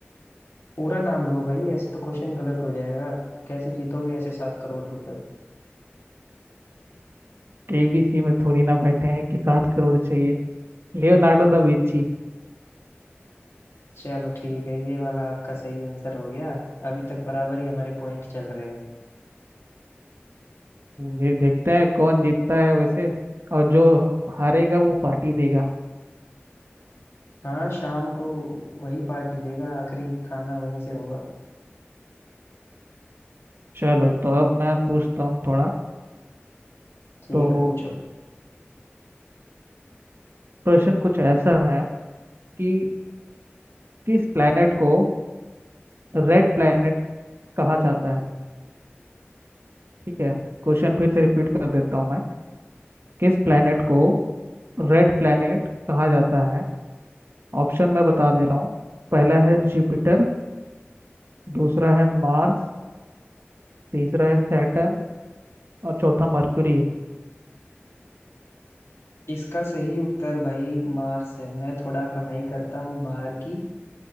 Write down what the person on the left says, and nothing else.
पूरा नाम लो भाई ऐसे तो क्वेश्चन गलत हो जाएगा कैसे जीतोगे ऐसे सात करोड़ रुपए
चलो ठीक है ये वाला आपका सही आंसर हो गया अभी तक बराबर ही हमारे पॉइंट चल रहे हैं
हाँ शाम को वही पार्टी देगा आखिरी खाना वहीं से होगा
ठीक
है पूछो
इसका सही उत्तर भाई मार्स है मैं थोड़ा पढ़ाई करता हूँ बाहर की